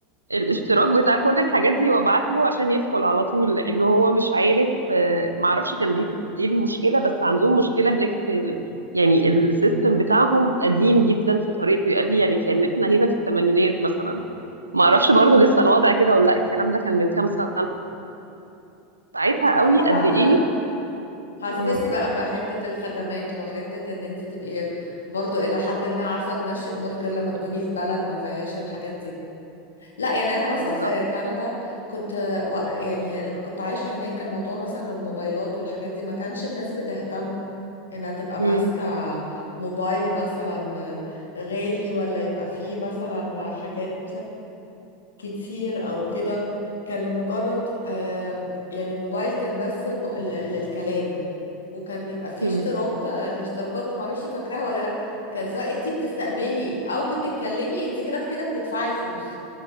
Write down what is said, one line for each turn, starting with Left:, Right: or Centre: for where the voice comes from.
Right: الاشتراك بتاع كل الحاجات دي وابعت له عشان يدخل على طول لانه هو مش عارف آه، معرفش كان بي- ايه المشكله بس عندهم مشكله هناك في يعني السيستم بتاعهم قديم جدا في طريقته يقال لي يعني كان احنا هنا في الثمانينات مثلا ما اعرفش برضو لسه الوضع كده ولا لا الكلام ده كان من كام سنة ساعتها قوي
Left: اه طبعا
Right: قد
Left: لا
Right: ايه
Left: حسيتي
Right: اه
Left: بقى بحتة الخدمات وحتة ان انت تبقي برضو الى حد ما عارفة تمشي امورك غير لما تكوني في بلد ما فيهاش الحاجات دي لا يعني انا
Right: بالظبط
Left: مثلا في كندا كنت و- يعني لما كنت عايشة هناك كان موضوع مثلا الموبايلات والحاجات دي ما كانش الناس بتهتم انها تبقى
Right: مم.
Left: ماسكة موبايل مثلا غالي ولا يبقى فيه مثلا حاجات كتير او كده كان لمجرد آه، يعني موبايل كان بس م- ل- للكلام وكان بيبقى فيه
Right: مم.
Left: اشتراك آه، الاشتراكات معرفش فاكراها ولا لا كان سواء انت بتستقبلي او بتتكلمي انت كده بكده بتدفعي فلوس